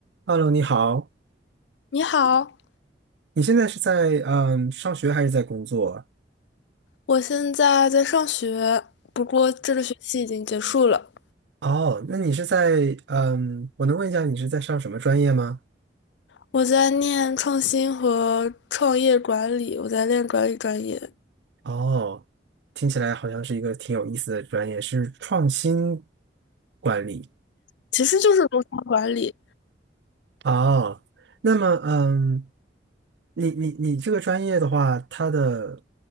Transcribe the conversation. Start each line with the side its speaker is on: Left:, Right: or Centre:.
Right: Hello，你好，
Left: 你好，
Right: 你现在是在嗯上学还是在工作？
Left: 我现在在上学，不过这个学期已经结束了。
Right: 哦，那你是在嗯，我能问一下你是在上什么专业吗？
Left: 我在念创新和创业管理，我在练管理专业，
Right: 哦，听起来好像是一个挺有意思的专业，是创新管理。
Left: 其实就是工商管理。
Right: 哦，那么嗯，你你你这个专业的话，它的